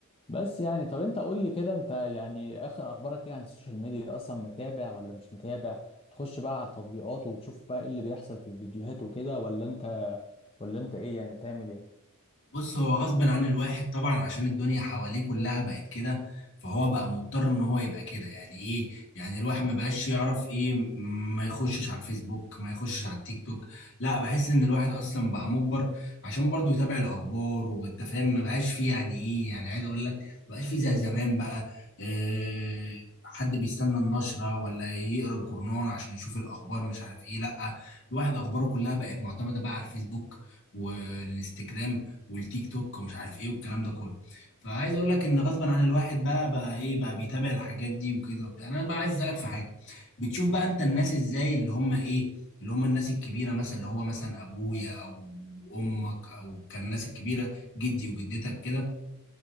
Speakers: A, on the left; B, on the left.
A: بس يعني طب انت قول لي كده انت يعني اخر اخبارك ايه عن السوشيال ميديا اصلا متابع ولا مش متابع تخش بقى على التطبيقات وتشوف بقى ايه اللي بيحصل في الفيديوهات وكده ولا انت ولا انت ايه يعني بتعمل ايه
B: بص هو غصب عن الواحد طبعا عشان الدنيا حواليه كلها بقت كده فهو بقى مضطر ان هو يبقى كده يعني ايه يعني الواحد ما بقاش يعرف ايه م- ما يخشش على الفيسبوك ما يخشش على التيك توك لا بحس ان الواحد اصلا بقى مجبر عشان برضه يتابع الاخبار والتفاهم ما بقاش فيه يعني ايه يعني عايز اقول لك ما بقاش فيه زي زمان بقى إيه حد بيستنى النشرة ولا يقرا الجورنال عشان يشوف الأخبار مش عارف إيه لأ الواحد أخباره كلها بقت معتمدة بقى على الفيسبوك والإنستجرام والتيك توك ومش عارف ايه والكلام ده كله فعايز اقول لك ان غصبا عن الواحد بقى بقى ايه بقى بيتابع الحاجات دي وكده وبتاع. انا بقى عايز اسالك في حاجه بتشوف بقى انت الناس ازاي اللي هم ايه اللي هم الناس الكبيره مثلا اللي هو مثلا ابويا او امك او كان الناس الكبيره جدي وجدتك كده